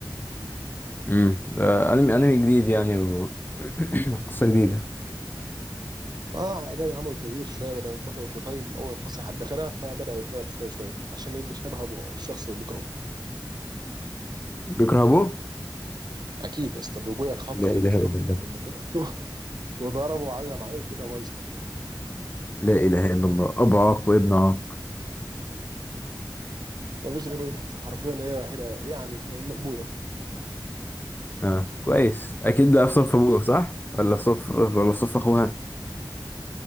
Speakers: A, on the left; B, on the right.
A: امم آه انمي انمي جديد يعني و... <clears throat> قصة جديدة
B: اه عادي عملوا تغيير شويه بدل بطل يبقى طيب من اول قصه لحد اخرها فبدا يتغير شويه شويه عشان يبقى شبه ابوه او الشخص اللي بيكرهه
A: بيكرهبوه
B: اكيد يا اسطى ابويا خطف
A: لا اله
B: خطف
A: الا الله
B: من اخته <laughs> وضربه وعلم عليه والدنيا بايظه
A: لا إله إلا الله أبو عاق وابن عاق
B: مفيش غير الاخت حرفيا هي الوحيده يعني مكبوته
A: آه كويس أكيد بقى في صف أبوه صح؟ ولا في صف ولا في صف أخوها؟